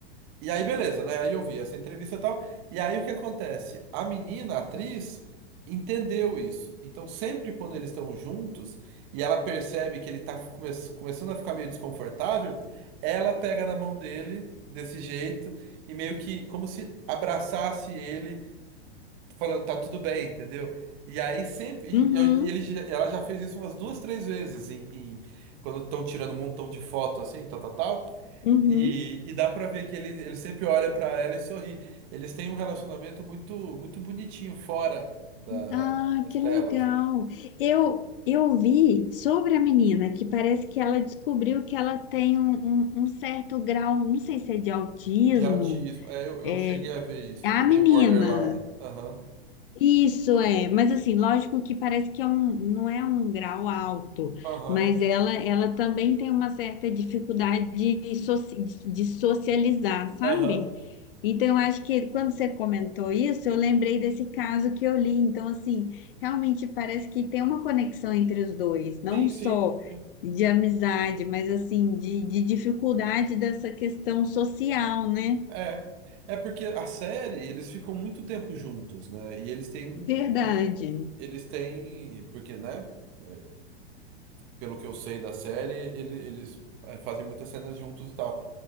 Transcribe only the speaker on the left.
Uhum.
Uhum.
Ah,
que
legal. Eu eu vi sobre a menina que parece que ela descobriu que ela tem um, um- um certo grau, não sei se é de autismo.
É,
é
a menina.
Isso é, mas assim, lógico que parece que é um, não é um grau alto,
mas ela, ela também tem uma certa dificuldade de, soci- de socializar, sabe?
Então, eu acho que quando você comentou isso, eu lembrei desse caso que eu li. Então, assim, realmente parece que tem uma conexão entre os dois, não
só
de amizade, mas assim, de, de dificuldade dessa questão social, né?
Verdade.